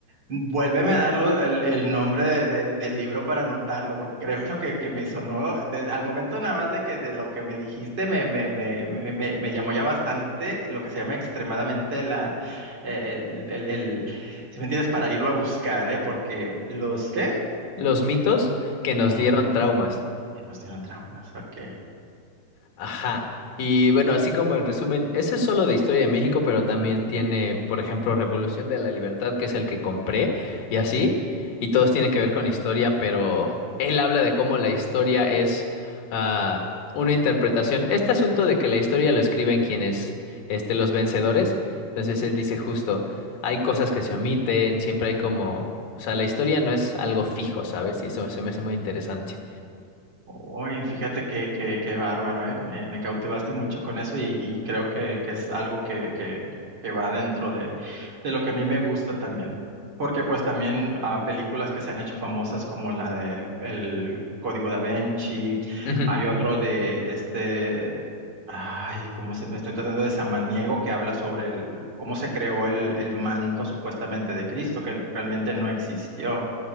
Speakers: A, on the right (about 35°); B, on the left (about 85°).
A: Vuélveme a darlo el, el nombre de- del del libro para anotarlo, porque creo lo que, que me sonó, de- al momento nada más de que de lo que me dijiste me, me, me, me, me- me llamó ya bastante lo que se llama extremadamente la, eh, el, el, el- si me entiendes, para irlo a buscar, ¿eh? Porque los, ¿qué?
B: Los mitos que nos
A: Ujú,
B: dieron traumas.
A: que nos dieron traumas, ok.
B: Ajá. Y bueno, así como en resumen, ese es solo de Historia de México, pero también tiene, por ejemplo, Revolución de la Libertad, que es el que compré, y así. Y todos tienen que ver con historia, pero él habla de cómo la historia es ah, una interpretación. Este asunto de que la historia lo escriben quienes, este, los vencedores. Entonces él dice justo, hay cosas que se omiten, siempre hay como, o sea, la historia no es algo fijo, ¿sabes? Y eso se me hace muy interesante.
A: Uy, fíjate que, que, qué bárbaro, ¿eh? Me, me cautivaste mucho con eso y, y creo que, que es algo que, que, que va dentro de, de lo que a mí me gusta también. Porque pues también ah, películas que se han hecho famosas como la del el Código da Vinci,
B: Ujú.
A: hay otro de este, ay, cómo se, me estoy tratando de Samaniego que habla sobre el, cómo se creó el, el manto supuestamente de Cristo, que realmente no existió.